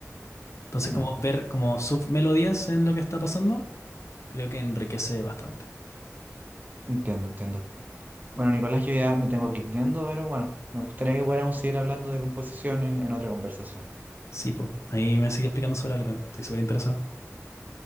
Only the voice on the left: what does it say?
Entonces,
como ver como submelodías en lo que está pasando, creo que enriquece bastante.
Sí, pues. Ahí me sigue explicando sobre Ableton. Estoy súper interesado.